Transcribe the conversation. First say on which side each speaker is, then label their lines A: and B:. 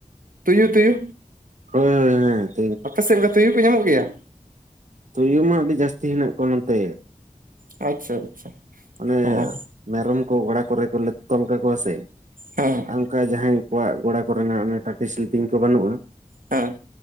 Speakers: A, on the right; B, on the right.
A: ᱛᱩᱭᱩ ᱛᱩᱭᱩ
B: ᱦᱳᱭ ᱦᱳᱭ ᱦᱮᱭ
A: ᱟᱯᱮ ᱥᱮᱫ ᱜᱟ ᱛᱩᱭᱩ ᱦᱚᱸ ᱠᱚᱮ ᱧᱟᱢᱚᱜ ᱜᱮᱭᱟ
B: ᱛᱩᱭᱩ ᱢᱟ ᱟᱹᱰᱤ ᱡᱟᱹᱥᱛᱤ ᱦᱮᱱᱟᱜ ᱠᱚᱣᱟ ᱱᱚᱛᱮ
A: ᱟᱪᱪᱷᱟ ᱟᱪᱪᱷᱟ
B: ᱚᱱᱮ
A: ᱦᱮᱸ
B: ᱢᱮᱨᱚᱢ ᱠᱚ ᱜᱚᱲᱟ ᱠᱚᱨᱮ ᱠᱚ ᱛᱚᱞ ᱠᱟᱠᱚᱣᱟ ᱥᱮ
A: ᱦᱮᱸ
B: ᱟᱨ ᱚᱱᱠᱟ ᱡᱟᱦᱟᱸᱭ ᱠᱚᱣᱟᱜ ᱜᱚᱲᱟ ᱠᱚᱨᱮᱱᱟᱜ ᱴᱟᱴᱤ ᱥᱤᱞᱯᱤᱝ ᱠᱚ ᱵᱟᱹᱱᱩᱜᱼᱟ᱾
A: ᱦᱮᱸ